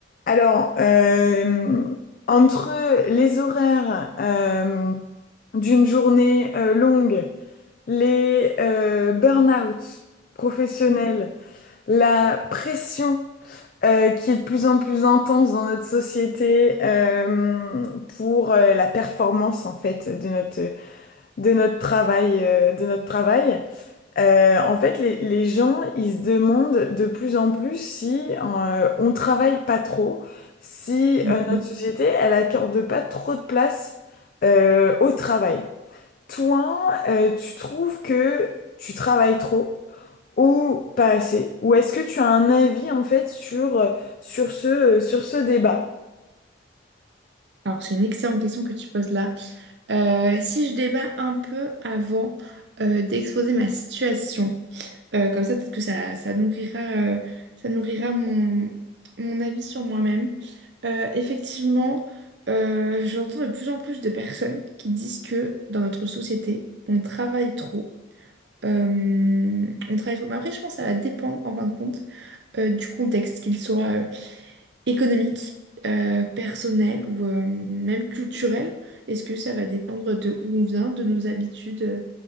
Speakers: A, on the left (about 45°); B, on the right (about 65°).
A: Alors, euh, entre les horaires euh, d'une journée euh, longue, les euh, burn-out professionnels,
B: Mhm,
A: la pression euh, qui est de plus en plus intense dans notre société euh, pour euh, la performance en fait de notre de notre travail euh, de notre travail. Euh, en fait, les, les gens, ils se demandent de plus en plus si euh, on travaille pas trop, si
B: mhm.
A: euh, notre société, elle accorde pas trop de place euh, au travail. Toi, euh, tu trouves que tu travailles trop ou pas assez? Ou est-ce que tu as un avis en fait sur, sur ce, sur ce débat?
B: Alors, c'est une excellente question que tu poses là. Euh, si je débat un peu avant euh, d'exposer ma situation, euh, comme ça, peut-être que ça, ça nourrira, euh, ça nourrira mon, mon avis sur moi-même. Euh, effectivement, euh, j'entends de plus en plus de personnes qui disent que dans notre société, on travaille trop. Euh, on travaille trop. Mais après, je pense que ça va dépendre, en fin de compte, euh, du contexte, qu'il soit euh, économique, euh, personnel ou euh, même culturel? Est-ce que ça va dépendre de où on vient, de nos habitudes, euh,